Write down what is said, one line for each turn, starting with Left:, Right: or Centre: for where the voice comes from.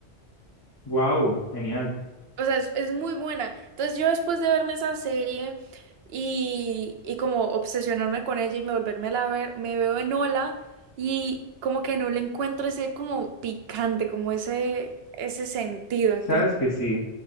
Left: Wow, genial.
Right: O sea, es, es muy buena. Entonces yo después de verme esa serie y, y como obsesionarme con ella y me volverme a ver, me veo en Ola y como que no le encuentro ese como picante, como ese, ese sentido, ¿entiendes?
Left: ¿Sabes que sí?